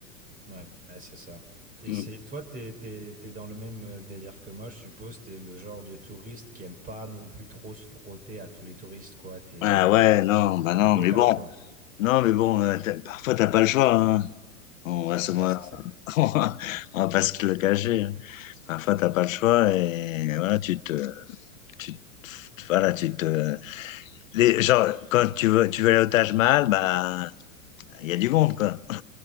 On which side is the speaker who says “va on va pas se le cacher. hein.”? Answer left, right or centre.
Left